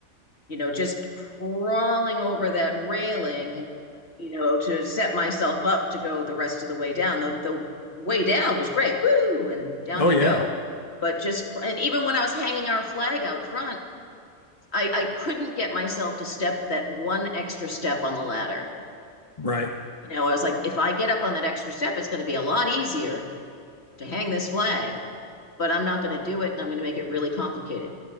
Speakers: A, on the left; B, on the left.
A: you know, just crawling over that railing, you know, to set myself up to go the rest of the way down. The the way down was great. Woo! And down
B: Oh
A: you
B: yeah.
A: go. But just and even when I was hanging our flag out front, I I couldn't get myself to step that one extra step on the ladder.
B: Right.
A: You know, I was like, if I get up on that extra step, it's going to be a lot easier to hang this flag, but I'm not going to do it and I'm going to make it really complicated.